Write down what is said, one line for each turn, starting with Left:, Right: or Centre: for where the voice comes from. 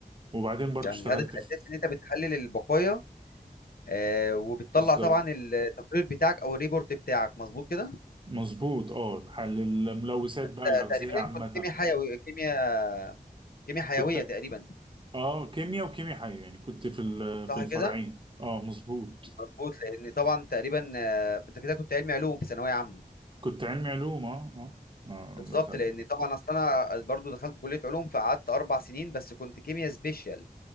Right: وبعدين برضو
Left: يعني
Right: اشتغلت
Left: الهدف الاساسي
Right: في
Left: ان انت بتحلل البقايا آه وبتطلع
Right: بالظبط
Left: طبعا التقرير بتاعك او الريبورت بتاعك مظبوط كده
Right: مظبوط اه حل الملوثات
Left: ت-
Right: بقى الأغذية
Left: تقريبا
Right: عامة
Left: كنت كيمياء
Right: بقى
Left: حيوي كيمياء كيمياء حيوية
Right: كنت
Left: تقريبا
Right: اه كيمياء وكيمياء حية يعني كنت في ال-
Left: صح
Right: في الفرعين
Left: كده
Right: اه مظبوط
Left: مظبوط لان طبعا تقريبا آه، انت كده كنت علمي علوم في ثانويه عامه
Right: كنت علمي علوم اه اه اه
Left: بالظبط
Right: دخل
Left: لان طبعا اصل انا برضو دخلت كليه علوم فقعدت اربع سنين بس كنت كيمياء سبيشال